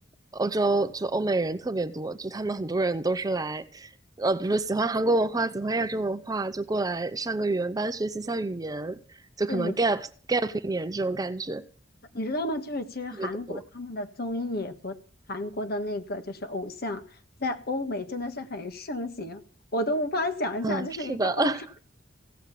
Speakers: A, on the right; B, on the left.
A: 欧洲就欧美人特别多，就他们很多人都是来，呃，比如说喜欢韩国文化，喜欢亚洲文化，就过来上个语言班学习一下语言，就可能
B: 对，
A: gap gap 一年这种感觉
B: 你知道吗？就是其实韩国他们的综艺和韩国的那个就是偶像，
A: 特别多。
B: 在欧美真的是很盛行，我都无法想象，
A: 嗯，
B: 就是一个欧洲特
A: 是的，<laughs>